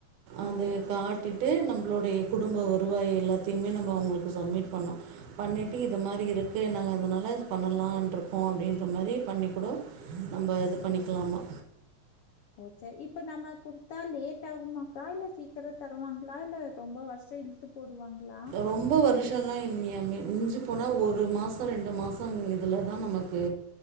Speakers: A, on the right; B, on the left.
A: அதய
B: ஓ! சரி
A: காட்டிட்டு
B: சரி.
A: நம்ளோடைய குடும்ப வருவாய எல்லாத்தையுமே நம்ம அவுங்களுக்கு சப்மிட் பண்ணு பண்ணிட்டு இது மாரி இருக்கு நாங்க அதனால பண்ணலான்ட்ருக்கோ அப்டின்ற மாரி பண்ணிக் கூடோ நம்ப இது
B: ஆ.
A: பண்ணிக்கலாமா
B: ஓ சேரி இப்ப நம்ம குடுத்தா லேட் ஆகுமாக்கா இல்ல சீக்கிரோ தருவாங்களா இல்ல ரொம்ப வருஷோ இல் ழுத்து போடுவாங்களா
A: ரொம்ப வருஷோலா இல்லயாமே மிஞ்சி போனா ஒரு மாசோ ரெண்டு மாசோ இதிலதா நமக்கு